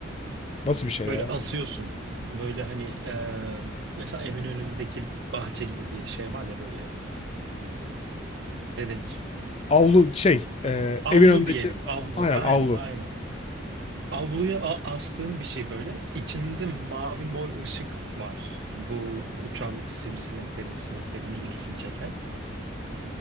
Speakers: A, on the left; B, on the right.
A: Nasıl bir şey
B: Böyle
A: ya?
B: asıyorsun. Böyle hani e, mesela evin önündeki bahçe gibi bir şey var ya böyle ne denir?
A: Avlu şey, eee,
B: Avlu
A: evin önündeki
B: diyelim. Avlu.
A: Aynen
B: Aynen
A: avlu.
B: aynen. Avluya a- astığın bir şey böyle. İçinde mavi mor ışık var. Bu uçan sivrisineklerin, sineklerin ilgisini çeken.